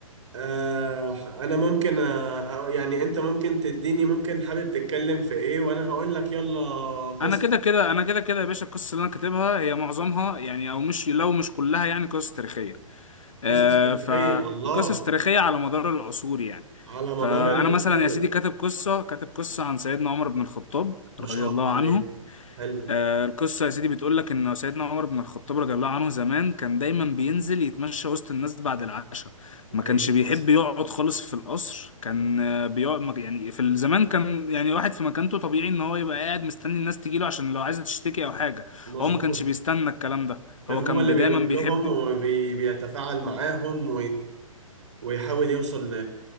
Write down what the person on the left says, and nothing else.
انا كده كده انا كده كده يا باشا القصص اللي انا كاتبها هي معظمها يعني او مش لو مش كلها يعني قصص تاريخية آه،
فقصص تاريخية على مدار العصور يعني
فأنا
مثلا يا سيدي كاتب قصة كاتب قصة عن سيدنا عمر بن الخطاب
رضي الله
عنه
آه، القصة يا سيدي بتقول لك إن سيدنا عمر بن الخطاب رضي الله عنه زمان كان دايما بينزل يتمشى وسط الناس بعد العشاء ما
كانش بيحب
يقعد خالص في القصر كان آه، بيقعد ما- يعني في الزمان كان يعني واحد في مكانته طبيعي إن هو يبقى قاعد مستني الناس تجيله عشان لو عايزة تشتكي أو حاجة
هو ما كانش بيستنى الكلام ده
هو
كان
بي-
دايما بيحب